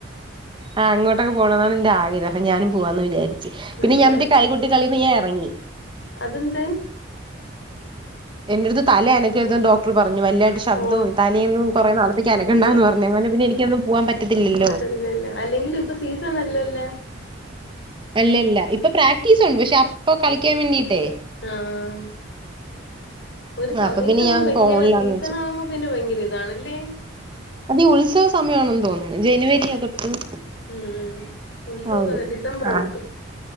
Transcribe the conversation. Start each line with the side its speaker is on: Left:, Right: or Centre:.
Right: ആഹ് അങ്ങോട്ടൊക്കെ പോണതാണ് എന്റെ ആഗ്രഹം ഞാനും പോവാന്ന് വിചാരിച്ചു
Left: നല്ല
Right: പിന്നെ
Left: കാര്യം
Right: മറ്റെ കൈകുട്ടി കളിന്ന് ഞാൻ എറങ്ങി
Left: അതെന്ത്
Right: എന്റെ അടുത്ത് തല അനക്കരുത് ന്ന് ഡോ പറഞ്ഞു വല്ല ശബ്ദവും
Left: ഓ
Right: തലേന്നും കൊറേ നാളത്തേക്കാനങ്ങണ്ടന്ന്
Left: അത് ശരിയാണ്
Right: പറഞ്ഞു അങ്ങനെ പിന്നെ എനിക്കന്ന് പോവാൻ പറ്റത്തില്ലല്ലോ
Left: <unintelligible> അല്ലെങ്കിലും ഇപ്പൊ സീസൺ അല്ലല്ലാ
Right: അല്ലല്ല ഇപ്പൊ പ്രാക്ടീസ് ഉണ്ട് പക്ഷെ അപ്പൊ കളിക്കാൻ വേണ്ടിട്ടേ
Left: ആഹ് ഒരു സമയത്തങ്ങ്
Right: അപ്പൊ പിന്നെ ഞാൻ
Left: ഭയങ്കര
Right: പോണില്ലാന്ന്
Left: സീസൺ
Right: വെച്ചു
Left: ആവുമ്പോ പിന്നെ ഭയങ്കര ഇതാണ്ല്ലേ
Right: അത് ഉത്സവ സമയ ആണെന്ന് തോന്നുന്നു ജനുവരി അ തൊട്ട്
Left: ഉം ഉത്സവ
Right: <unintelligible>
Left: ഡിസംബർ
Right: ആഹ്
Left: തൊട്ട്